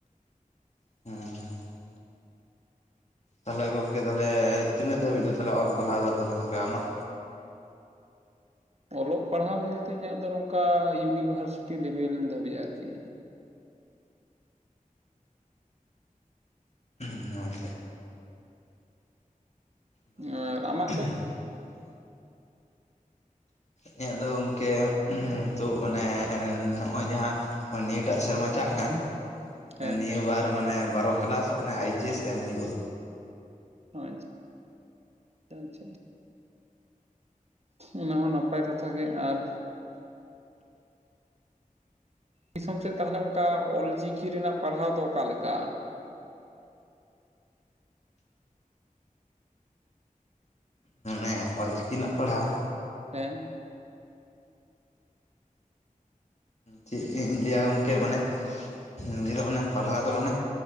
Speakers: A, on the left; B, on the right.
A: ᱦᱮᱸ᱾ ᱛᱟᱦᱚᱞᱮ ᱜᱚᱢᱠᱮ ᱛᱟᱦᱞᱮ ᱛᱤᱱᱟᱹᱜ ᱫᱷᱟᱹᱵᱤᱡ ᱫᱚ ᱛᱟᱦᱚᱞᱮ ᱚᱞ ᱯᱟᱲᱦᱟᱣᱫᱚ ᱛᱟᱦᱚᱞᱮ ᱜᱚᱢᱠᱮ ᱟᱢᱟᱜ?
B: ᱚᱞᱚᱜ ᱯᱟᱲᱦᱟᱣ ᱵᱚᱞᱛᱮ ᱤᱧᱟᱹᱜ ᱫᱚ ᱱᱚᱝᱠᱟ ᱤᱭᱩᱱᱤᱵᱷᱟᱨᱥᱤᱴᱤ ᱞᱮᱵᱮᱞ ᱫᱷᱟᱹᱵᱤᱡ ᱟᱨᱠᱤ᱾
A: ᱦᱮ ᱸ ᱦᱮᱸ᱾ ᱵᱷᱟᱹᱞᱤ
B: ᱟᱨ
A: ᱜᱮ
B: ᱟᱢᱟᱜ ᱫᱚ?
A: <inaudible> ᱤᱧᱟᱹᱜ ᱫᱚ ᱜᱚᱢᱠᱮ ᱛᱚ ᱢᱟᱱᱮ ᱱᱚᱜᱼᱚᱭ ᱡᱟᱦᱟᱸ ᱱᱤᱭᱟᱹᱴᱟᱜ ᱥᱮᱨᱢᱟ ᱪᱟᱜ ᱠᱟᱱ
B: ᱦᱮᱸ
A: ᱱᱤᱭ ᱵᱟᱨ ᱢᱟᱱᱮ ᱵᱟᱨᱚ ᱠᱮᱞᱟᱥ ᱢᱟᱱᱮ ᱟᱭᱤᱪ ᱮᱥ ᱮᱢ ᱦᱩᱭᱩᱜᱼᱟ᱾
B: ᱟᱪᱪᱷᱟ ᱟᱪᱪᱷᱟ ᱟᱪᱪᱷᱟ, ᱚᱱᱟ ᱦᱚᱸ ᱱᱟᱯᱟᱭ ᱠᱟᱛᱷᱟ ᱜᱮ ᱟᱨ ᱫᱤᱥᱚᱢ ᱥᱮᱫ ᱛᱟᱦᱚᱞᱮ ᱚᱱᱠᱟ ᱚᱞ ᱪᱤᱠᱤ ᱨᱮᱱᱟᱜ ᱯᱟᱲᱦᱟᱣ ᱫᱚ ᱚᱠᱟ ᱞᱮᱠᱟ?
A: ᱦᱮᱸ ᱚᱞᱪᱤᱠᱤ ᱨᱮᱱᱟᱜ ᱯᱟᱲᱦᱟᱣ
B: ᱦᱮᱸ?
A: ᱪᱮᱫ ᱤᱧ ᱞᱟᱹᱭᱟ ᱜᱚᱝᱠᱮ ᱢᱟᱱᱮ ᱱᱤᱭᱟ ᱫᱚ ᱢᱟᱱᱮ ᱮ ᱯᱟᱲᱦᱟᱣ ᱫᱚ ᱢᱟᱱᱮ